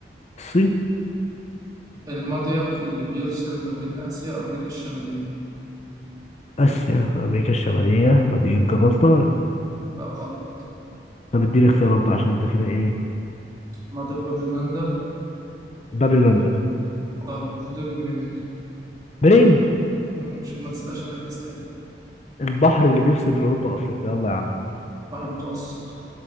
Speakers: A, on the left (about 40°); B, on the right (about 20°).
A: الصين
B: المضيق اللي بيفصل ما بين آسيا وأمريكا الشمالية
A: آسيا أمريكا الشمالية مضيق جبل طارق
B: لا غلط
A: طب اديني اختيارات بقى عشان انت كده ايه
B: مضيق باب المندب
A: باب المندب
B: غلط مضيق برينج
A: برينج
B: مم، عشان ما نسبقش أحداث تاني
A: البحر اللي بيفصل بين أوروبا وأفريقيا يلا يا عم
B: بحر المتوسط